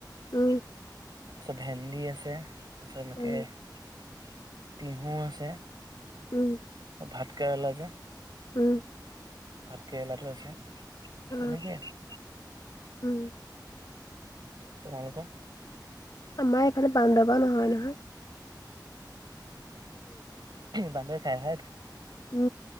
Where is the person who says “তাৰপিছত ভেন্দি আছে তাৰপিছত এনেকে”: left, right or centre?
Right